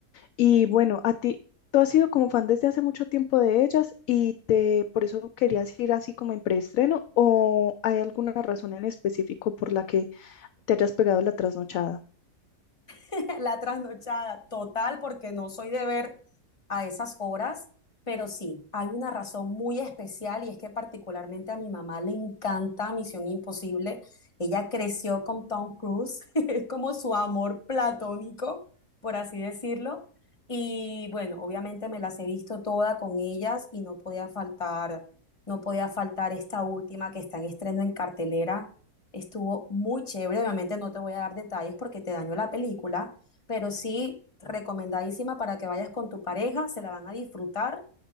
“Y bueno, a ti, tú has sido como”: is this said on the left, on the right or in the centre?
Left